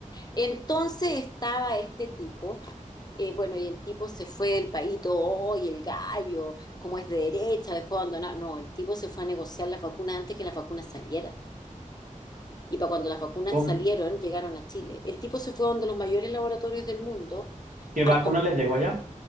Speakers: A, on the left (about 30°); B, on the right (about 80°).
A: Entonces estaba este tipo, eh, bueno, y el tipo se fue del país, todo, "Oh, y el gallo, como es de derecha, dejó abandonado. No, el tipo se fue a negociar las vacunas antes que las vacunas salieran. Y para cuando las vacunas
B: ¿Cómo-
A: salieron, llegaron a Chile. El tipo se fue a uno de los mayores laboratorios del mundo
B: ¿Qué vacuna
A: a comprar
B: les llegó allá?